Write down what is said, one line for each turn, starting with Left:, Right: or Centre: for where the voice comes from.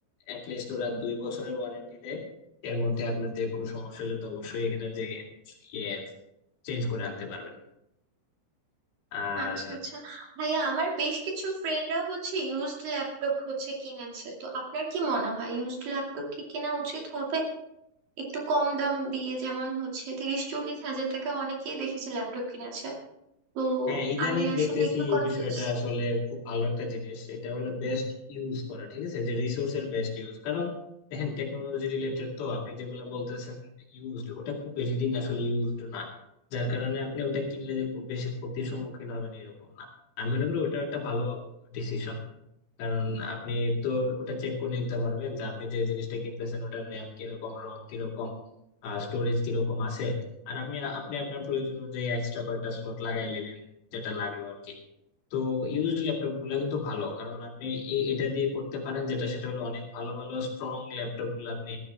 Left: অ্যাটলিস্ট ওরা দুই বছরের ওয়ারেন্টি দেয় এর মধ্যে আপনার যে কোনো সমস্যা হলে তো অবশ্যই এখানে যে ইয়ে চেঞ্জ করে আনতে পারবেন আর
Right: আচ্ছা আচ্ছা ভাইয়া আমার বেশ কিছু ফ্রেন্ডরা হচ্ছে ইউজড ল্যাপটপ হচ্ছে কিনেছে তো আপনার কি মনে হয় ইউজড ল্যাপটপ কি কেনা উচিত হবে একটু কম দাম দিয়ে যেমন হচ্ছে তিরিশ চল্লিশ হাজার টাকা অনেকেই দেখেছি ল্যাপটপ কিনেছে তো
Left: হ্যাঁ ইদানিং
Right: আমি আসলে
Left: দেখতেছি
Right: একটু
Left: এই
Right: কনফিউজ
Left: বিষয়টা আসলে খুব ভালো একটা জিনিস এটা হলো বেস্ট ইউজ করা ঠিক আছে যে রিসোর্সের বেস্ট ইউজ কারণ দেখেন টেকনোলজি রিলেটেড তো আপনি যেগুলো বলতেছেন ইউজড ওটা খুব বেশি দিন আসলে ইউজড না যার কারণে আপনি ওটা কিনলে যে খুব বেশি ক্ষতির সম্মুখীন হবেন এরকম না আমি মনে করি ওটা একটা ভালো ডিসিশন কারণ আপনি তো ওটা চেক করে নিতে পারবেন যে আপনি যে জিনিসটা কিনতেছেন ওটার র্যাম কিরকম রম কিরকম স্টোরেজ কিরকম আছে আর আপনি আপনি আপনার প্রয়োজন অনুযায়ী এক্সট্রা কয়েকটা স্লট লাগাই নিলেন যেটা লাগলো আর কি তো ইউজড ল্যাপটপ গুলা কিন্তু ভালো কারণ আপনি এ- এটা দিয়ে করতে পারেন যেটা সেটা হলো অনেক ভালো ভালো স্ট্রং ল্যাপটপ গুলো আপনি